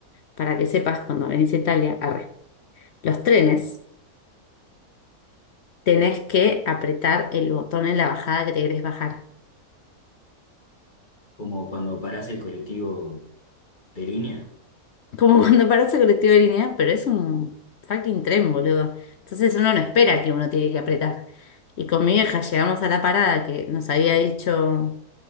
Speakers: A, on the left (about 60°); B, on the left (about 30°).
A: para que sepas, cuando venís a Italia, arre. Los trenes, tenés que apretar el botón en la bajada que te querés bajar.
B: Como cuando parás el colectivo de línea.
A: Como <laughs> cuando parece colectivo de línea, pero es un fucking tren, boludo. Entonces uno no espera que uno tiene que apretar. Y con mi vieja llegamos a la parada que nos había dicho,